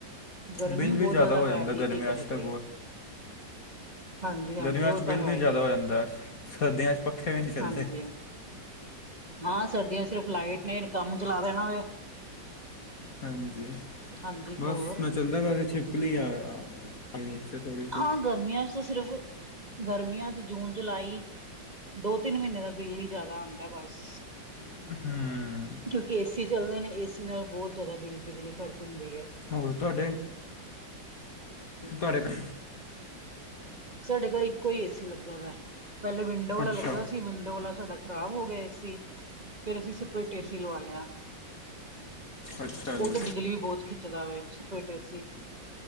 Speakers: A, on the right; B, on the left.
A: ਗਰਮੀ
B: ਬਿੱਲ ਵੀ
A: ਬਹੁਤ ਜ਼ਿਆਦਾ
B: ਹੋ ਜਾਂਦਾ
A: ਪੈ ਰੀ
B: ਗਰਮੀਆਂ
A: ਐ ਕੀ ਕਰੇ
B: 'ਚ
A: ਕੋਈ
B: ਤਾਂ
A: ਹਾਂਜੀ-ਹਾਂਜੀ
B: ਗਰਮੀਆਂ
A: ਉਹ
B: ਵਿੱਚ ਬਿੱਲ
A: ਤਾਂ ਹੈ
B: ਵੀ
A: ਈ
B: ਜ਼ਿਆਦਾ
A: ਏ,
B: ਹੋ ਜਾਂਦਾ, ਸਰਦੀਆਂ ਵਿੱਚ ਪੱਖੇ ਵੀ ਨੀ ਚਲਦੇ।
A: ਹਾਂਜੀ। ਹਾਂ, ਸਰਦੀਆਂ ਚ ਸਿਰਫ ਲਾਈਟ ਨੇ ਕੰਮ ਚਲਾ ਦੇਣਾ ਐ।
B: ਹਾਂਜੀ,
A: ਹਾਂਜੀ
B: ਬਸ
A: ਹੋਰ
B: ਮੈਂ ਚੱਲਦਾ ਵੈਸੇ ਛਿਪਕ ਲਈ ਆ, ਆ ਗਈ ਨੀਚੇ ਥੋੜ੍ਹੀ।
A: ਹਾਂ ਗਰਮੀਆਂ ਚ ਤਾਂ ਸਿਰਫ, ਗਰਮੀਆਂ ਚ ਜੂਨ ਜੁਲਾਈ। ਦੋ ਤਿੰਨ ਮਹੀਨੇ ਦਾ ਬਿੱਲ ਈ ਜ਼ਿਆਦਾ ਆਦਾ ਬਸ।
B: ਹੂੰ,
A: ਕਿਉਂਕਿ ਏਸੀ ਚੱਲਦੇ ਨੇ ਏ ਸੀ ਨਾਲ ਬਹੁਤ ਜ਼ਿਆਦਾ ਬਿਜਲੀ ਖਰਚ ਹੁੰਦੀ ਐ।
B: ਹੋਰ ਤੁਹਾਡੇ, ਤੁਹਾਡੇ ਘਰ,
A: ਸਾਡੇ ਘਰ ਇੱਕੋ ਹੀ ਏਸੀ ਲੱਗਾ ਗਾ, ਪਹਿਲੇ ਵਿੰਡੋ ਵਾਲਾ
B: ਅੱਛਾ
A: ਲੱਗਾ ਸੀ ਵਿੰਡੋ ਵਾਲਾ ਸਾਡਾ ਖਰਾਬ ਹੋ ਗਿਆ ਏ ਸੀ, ਫੇਰ ਅਸੀਂ ਸਪਰੇਟ ਏ ਸੀ ਲਵਾਇਆ
B: ਅੱਛਾ
A: ਉਹ
B: ਜੀ
A: ਤੇ ਬਿਜਲੀ ਬਹੁਤ ਖਿੱਚਦਾ ਵੇ, ਸਪੇਰਟ ਏ ਸੀ।